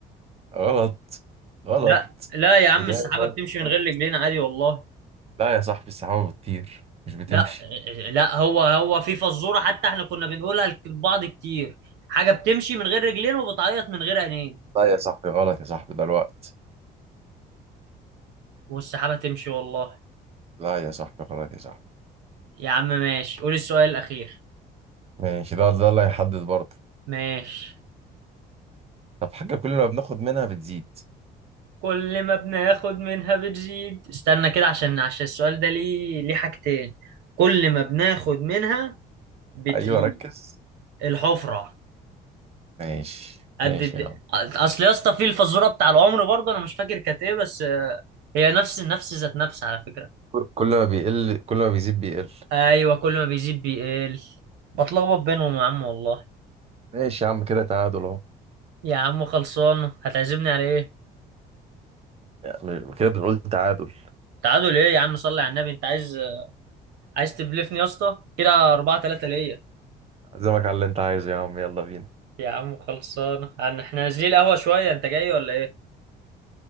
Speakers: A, on the right; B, on the right.
A: غلط غلط
B: لا لا يا عم
A: إجابة
B: السحابة بتمشي من
A: غلط
B: غير رجلين عادي والله
A: لا يا صاحبي السحابة بتطير مش بتمشي
B: لا لا هو هو في فزورة حتى احنا كنا بنقولها لبعض كتير حاجة بتمشي من غير رجلين وبتعيط من غير عينين
A: لا يا صاحبي غلط يا صاحبي ده الوقت
B: والسحابة تمشي والله
A: لا يا صاحبي غلط يا صاحبي
B: يا عم ماشي قول السؤال الأخير
A: ماشي ده ده اللي هيحدد برضه
B: ماشي
A: طب حاجة كل ما بناخد منها بتزيد
B: كل ما بناخد منها بتزيد استنى كده عشان عشان السؤال ده ليه ليه حاجتين كل ما بناخد منها بتزيد
A: ايوه ركز
B: الحفرة
A: ماشي
B: قد
A: ماشي
B: الد...
A: يا عم
B: أصل يا اسطى في الفزورة بتاع العمر برضه أنا مش فاكر كانت إيه بس آه، هي نفس نفس ذات نفس على فكرة
A: ك- كل ما بيقل كل ما بيزيد بيقل
B: أيوة كل ما بيزيد بيقل بتلخبط بينهم يا عم والله
A: ماشي يا عم كده تعادل اهو
B: يا عم خلصان هتعزمني على إيه؟
A: م- كده بنقول تعادل
B: تعادل إيه يا عم صلي على النبي أنت عايز عايز تبلفني يا اسطى كده 4 3 ليا
A: عزمك على اللي انت عايزه يا عم يلا بينا
B: يا عم خلصانه يعني احنا نازلين القهوه شويه انت جاي ولا ايه